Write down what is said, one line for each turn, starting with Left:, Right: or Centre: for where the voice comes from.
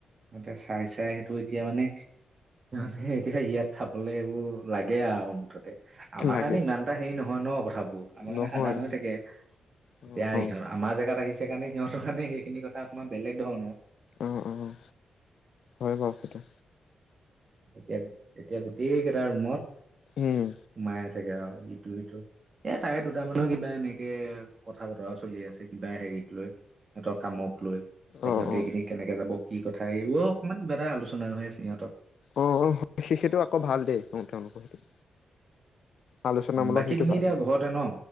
Right: সিহঁতক চাই চাই সেইটো এতিয়া মানে সিঁহতে এতিয়া ইয়াত চাবলে এইবোৰ লাগে আৰু মুঠত তে। আমাৰ
Left: লাগে
Right: কাৰণে ইমান এটা হেৰি নহয় ন কথাবোৰ, আমাৰ কাৰণে
Left: নহয়
Right: সাধাৰণ হৈ থাকে।
Left: অ
Right: এতিয়া
Left: অ
Right: ইহঁত আমাৰ জেগাত আহিছে সেইকাৰণে সিহঁতৰ কাৰণে সেইখিনি কথা অকমান বেলেগ ধৰণৰ।
Left: অঁ অঁ। হয় বাৰু সেইটো।
Right: এতিয়া - এতিয়া গোটেই কেইটা ৰুমত
Left: উম
Right: সোমাই আছে। চাগে আৰু ইটো সি। এ তাৰে দুটা মানৰ কিবা এনে কে কথা বতৰাও চলি আছে কিবা হেৰিক লৈ, সিহঁতৰ কামক লৈ আৰু
Left: অ
Right: সিহঁতে
Left: অ
Right: এইকেদিন কেনেকে যাব কি কথা এইবোৰ অকণমান কিবা এটা আলোচনা হৈ আছে সিহঁতৰ
Left: অঁ অঁ সেই সেইেতটো আকৌ ভাল দেই তেওঁলোকৰ সেইটো। আলোচনামূলক
Right: বাকী
Left: সেইটো
Right: তুমি
Left: ভাল
Right: এতিয়া
Left: হয়,
Right: ঘৰতে ন